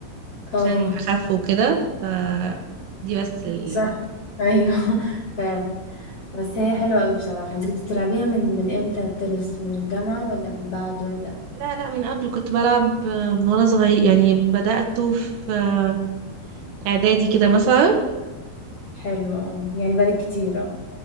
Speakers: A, on the left; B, on the right.
A: اه
B: عشان اخف وكده ف دي بس ال...
A: صح ايوه <laughs> فعلا بس هي حلوة قوي بصراحة انت كنت بتلعبيها من من امتى التنس من الجامعة ولا من بعد ولا
B: لا لا من قبل كنت بلعب آه، من وانا صغير يعني بدأت في آه، اعدادي كده مثلا
A: حلو اه يعني بالك كتير اه